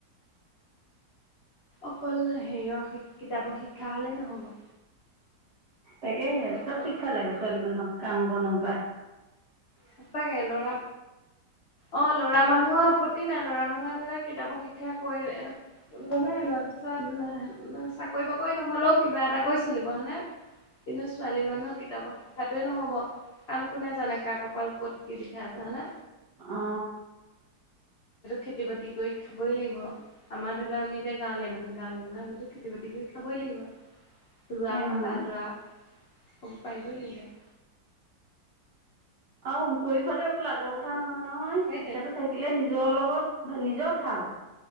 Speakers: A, on the left (about 75°); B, on the right (about 45°).
A: অকল হেৰিয়ৰ কিতাপৰ শিক্ষা হলেই নহব-
B: তাকে
A: শিক্ষাত
B: চব শিক্ষা লাগে ছোৱালী মানুহক কাম বন পা
A: সঁচাকে লৰা অ লৰা মানুহৰ আপত্তি নাই ল'ৰা মানুহে কিতাপক শিক্ষা কৰি ললে লোৱাৰ পিছত চাকৰি- চাকৰি বাকৰি নহ'লেও কিবা এটা কৰি চলিব হয় নে কিন্তু ছোৱালী মানুহৰ কিতাপৰ শিক্ষাটোৱে নহব কাৰণ কোনে জানে। কাক কপাল কত কি লিখে আছে হয়। নে
B: অ
A: খেতি বাতি কৰি খাবই লাগিব আমাৰ ধৰি লও আমি এতিয়া গাঁৱলীয়া মানুহ গাঁৱলীয়া মানুহ আমিতো খেতি বাতি। খাবই লাগিব ৰোৱা
B: উম।
A: কটা দোৱা ক'ব পাৰিবই লাগিব।
B: আহ কৰি খোৱাটো একো লাজৰ কথা নহয় নহয়
A: সেইটোৱে
B: শিক্ষাটো থাকিলে নিজৰ লগত নিজৰ ভাল